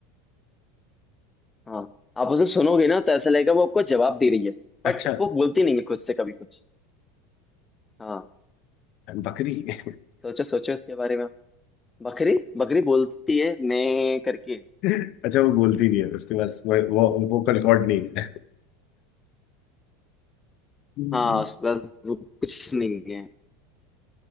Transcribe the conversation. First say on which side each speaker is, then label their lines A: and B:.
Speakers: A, on the left; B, on the left.
A: हाँ आप उसे सुनोगे ना तो ऐसा लगेगा वो आपको जवाब दे रही है बट
B: अच्छा
A: वो बोलती नहीं है खुद से कभी कुछ हाँ
B: बकरी <laughs>
A: सोचो सोचो इसके बारे में बकरी बकरी बोलती है मैं करके
B: अच्छा वो बोलती नहीं है उसके पास वो वो वोकल रिकॉर्ड नहीं है हम्म,
A: हाँ उस बस वो कुछ नहीं है